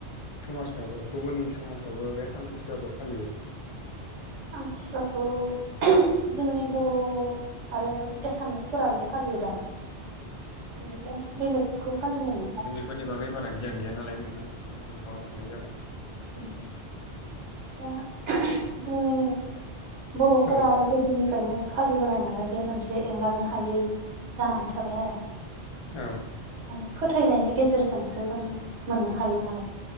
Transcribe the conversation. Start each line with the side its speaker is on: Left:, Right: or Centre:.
Left: समाजावबो गुबुननि समाजावबो बे आम्थिसुवाखौ फालियो।
Right: आम्थिसुवाखौ ओम जोंनि बर'। आरो एसामिसफोराबो फालियोदां।
Left: <inaudible>
Right: बेनिफ्राय बेलेगखौ फालिनाय नुवाखै आं।
Left: बेफोरनि बागै बारा गियान गैया नालाय नोंथां ओंखायनो नोंथांनाव सोंनाय जादों।
Right: ओम दा जोंनि बरफोरा
Left: औ
Right: आरो गोदोनिफ्रायनो फालिबोनाय नालाय बे मोनसे एंगारनो हायै जानानै थाबाय आरो।
Left: औ।
Right: मान फोथायनायनि गेजेरजोंसो जों मोननो हायो नालाय।